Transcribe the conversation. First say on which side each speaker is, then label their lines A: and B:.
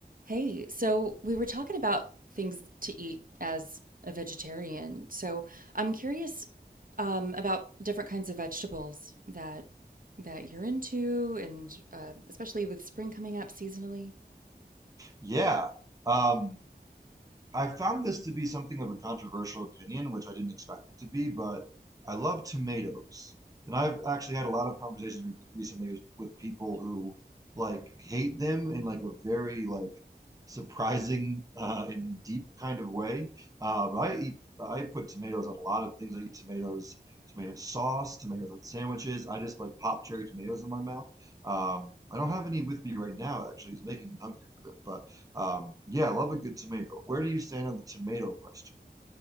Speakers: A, on the right; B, on the right.
A: Hey, so we were talking about things to eat as a vegetarian. So I'm curious um, about different kinds of vegetables that that you're into, and uh, especially with spring coming up seasonally.
B: Yeah. Um, I found this to be something of a controversial opinion, which I didn't expect it to be, but I love tomatoes. And I've actually had a lot of conversations re recently with, with people who like hate them in like a very like surprising uh, and deep kind of way. Uh, but I eat I put tomatoes on a lot of things. I eat tomatoes, tomato sauce, tomatoes on sandwiches. I just like pop cherry tomatoes in my mouth. Um, I don't have any with me right now, actually. It's making me hungry for them, but um, yeah, I love a good tomato. Where do you stand on the tomato question?